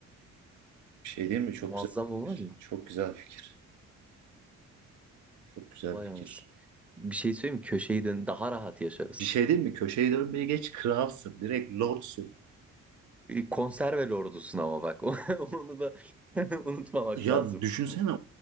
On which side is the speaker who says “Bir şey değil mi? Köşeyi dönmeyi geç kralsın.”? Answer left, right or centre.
Right